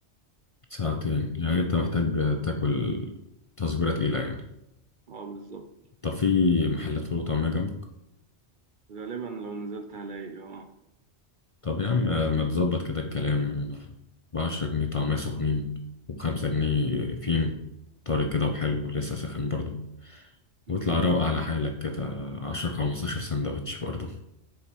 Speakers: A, on the left; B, on the right.
A: ساعتين يعني انت محتاج تاكل تصبيره تقيله يعني
B: آه بالظبط
A: طب في محلات فول وطعميه جنبك
B: غالبا لو نزلت هلاقي آه
A: طب يا عم آه، ما تظبط كده الكلام بعشرة جنيه طعميه سخنين وبخمسة جنيه فين طارق كده وحلو لسه ساخن برضه
B: مم.
A: واطلع روق على حالك كده عشر خمستاشر سندوتش برضه